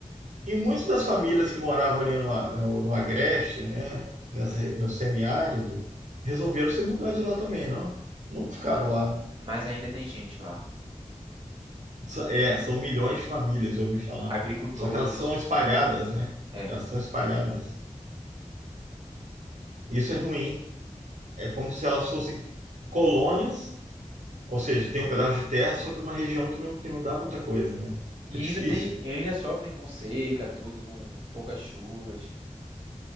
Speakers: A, on the right (about 70°); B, on the right (about 40°).
A: E muitas das famílias que moravam ali no, A- no, no Agreste, né? Nessa, re- no semiárido, resolveram se mudar de lá também, não? Não ficaram lá.
B: mas ainda tem gente lá,
A: Sa- É, são milhões de famílias, eu ouvi falar.
B: agricultores,
A: Só que elas são espalhadas, né?
B: é.
A: Elas são espalhadas. Isso é ruim. É como se elas fossem colônias, ou seja, tem um pedaço de terra, só que numa região que não, que não dá muita coisa, né?
B: E
A: É difícil.
B: ainda tem, e ainda sofrem com seca, tudo com poucas chuvas,